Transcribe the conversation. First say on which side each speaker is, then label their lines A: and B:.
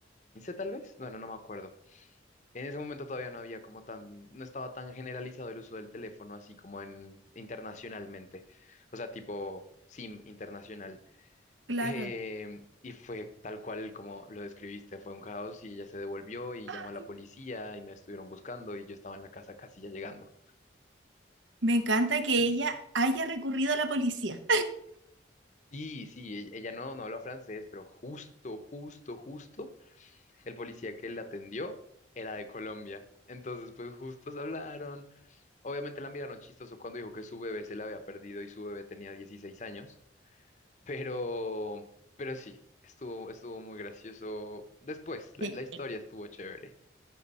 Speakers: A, on the left; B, on the right.
A: tal vez, bueno, no me acuerdo. En ese momento todavía no había como tan, no estaba tan generalizado el uso del teléfono así como en internacionalmente, o sea, tipo SIM internacional.
B: Claro.
A: Eh, y fue tal cual como lo describiste, fue un caos y ella se devolvió y
B: Ay,
A: llamó a la policía y me estuvieron buscando y yo estaba en la casa casi ya llegando.
B: me encanta que ella haya recurrido a la policía.
A: Sí, sí, e- ella no, no habló francés, pero justo, justo, justo, el policía que la atendió era de Colombia. Entonces, pues justo se hablaron. Obviamente la miraron chistoso cuando dijo que su bebé se la había perdido y su bebé tenía 16 años, pero, pero sí, estuvo, estuvo muy gracioso. Después, la
B: <laughs>
A: la historia estuvo chévere.